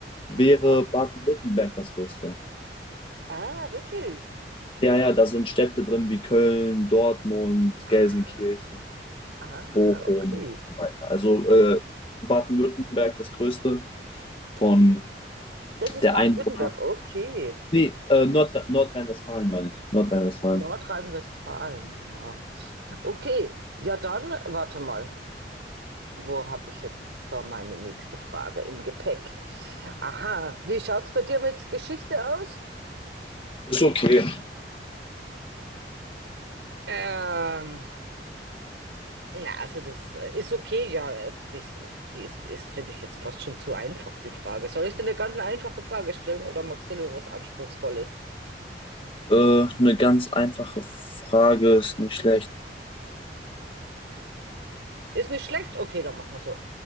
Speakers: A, on the left; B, on the right.
A: wäre
B: Aha.
A: Baden-Württemberg das größte.
B: Ah, wirklich.
A: Ja, ja, da sind Städte drin wie Köln, Dortmund,
B: Ah.
A: Gelsenkirchen,
B: Ah,
A: Bochum
B: okay.
A: und so weiter. Also äh, Baden-Württemberg das größte von
B: Das ist
A: der
B: Baden-Württemberg.
A: Einwohner.
B: Okay.
A: Nee, äh, Nordrhein- Nordrhein-Westfalen meine ich. Nordrhein-Westfalen.
B: Nordrhein-Westfalen, genau. Okay. Ja, dann warte mal. Wo habe ich jetzt da meine nächste Frage im Gepäck? Aha, wie schaut's bei dir mit Geschichte aus?
A: Ist okay.
B: Ähm, na, also das äh, ist okay, ja. Also die, die ist, ist finde ich jetzt fast schon zu einfach, die Frage. Soll ich dir eine ganz einfache Frage stellen oder magst du lieber was Anspruchsvolles?
A: Äh, eine ganz einfache Frage ist nicht schlecht.
B: Ist nicht schlecht? Okay, dann machen wir so.